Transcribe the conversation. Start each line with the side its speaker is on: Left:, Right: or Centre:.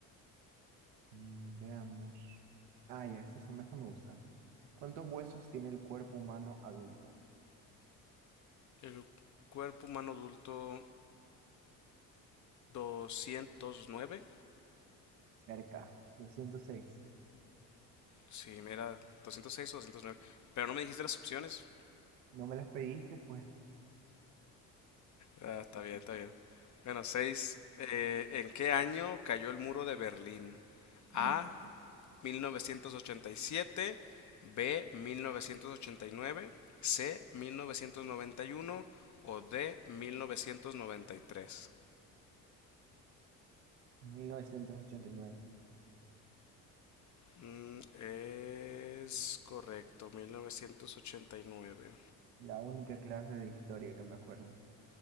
Right: Mm, Veamos. Ah, ya, esta, se- esta me gusta. ¿Cuántos huesos tiene el cuerpo humano adulto?
Left: El cuerpo humano adulto doscientos nueve
Right: Cerca, 206.
Left: Sí, mira, 206 o doscientos nueve Pero no me dijiste las opciones.
Right: No me las pediste, pues.
Left: Ah, está bien, está bien. Bueno, seis. eh, ¿en qué año cayó el muro de Berlín?
Right: ¡Ah!
Left: A. 1987. B. 1989. C. 1991. O D. 1993.
Right: mil novecientos ochenta y nueve.
Left: Mm, es correcto, 1989.
Right: La única clase de historia que me acuerdo.